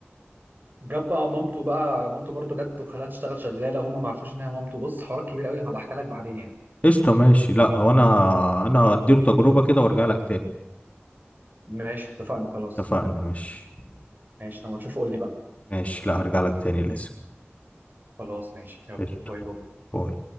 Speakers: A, on the right; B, on the left.
A: جاب بقى مامته بقى مامته برضه جت وخلاها تشتغل شغاله هم ما عرفوش ان هي مامته بص حوار كبير قوي هبقى احكي لك بعدين يعني
B: قشطة ماشي لا وانا انا اديله تجربة كده وارجع لك تاني
A: ماشي اتفقنا خلاص
B: اتفقنا ماشي
A: ماشي لما تشوف قول لي بقى
B: ماشي لا هرجع لك تاني لازم
A: خلاص ماشي يلا
B: قشطة
A: باي باي
B: باي